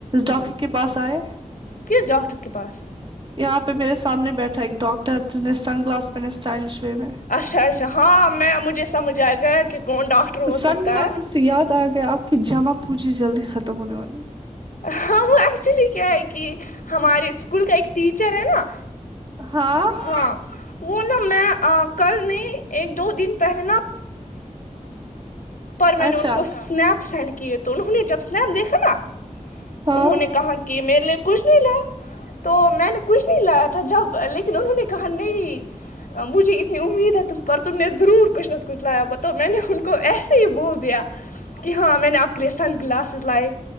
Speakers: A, on the right (about 40°); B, on the left (about 85°).
A: ڈاکٹر کے پاس آئے
B: کس ڈاکٹر کے پاس
A: یہاں پہ میرے سامنے بیٹھا ہے ایک ڈاکٹر جس نے سن گلاس پہنے اسٹائلش وے میں
B: اچھا اچھا ہاں میں مجھے سمجھ آیا گیا کہ کون ڈاکٹر ہو
A: سن
B: سکتا
A: گلاسز
B: ہے
A: سے یاد آ آپ کی جمع پوچی جا ہونے والی
B: ہاں وہ ایکچولی کیا ہے کہ ہمارے اسکول کا ایک ٹیچر ہے نا
A: ہاں
B: ہاں وہ نا میں ا کل نہیں ایک دو دن پہلے ن میں
A: اچھا
B: نے ان کو اسنیپ سینڈ کیے تو انہوں نے جب اسنیپ دیکھا نا
A: ہاں
B: انہوں نے کہا کہ میرے لیے کچھ نہیں لا تو میں نے کچھ نہیں لایا تھا جب لیکن انہوں نے کہا نہیں مجھے اتنی امید ہے تم پر تم نے ضرور کچھ نہ کچھ لایا ہوگا تو میں نے ان کو ایسے ہی بول دیا کہ ہاں میں نے آپ سن گلاسس لاۓ